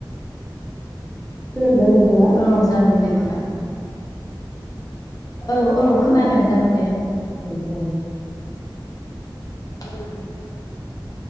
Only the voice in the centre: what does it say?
खोनादोना नोंथांङा?
औ औ